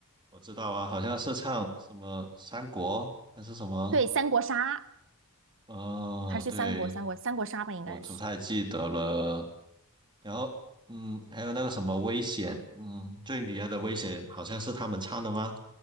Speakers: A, on the right; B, on the right.
A: 我知道啊，好像是唱什么三国还是什么，
B: 对，三国杀
A: 呃，
B: 还是三国三国三国杀吧，
A: 对，
B: 应该是
A: 我不太记得了。然后，嗯，还有那个什么危险，嗯，最迷人的危险好像是他们唱的吗？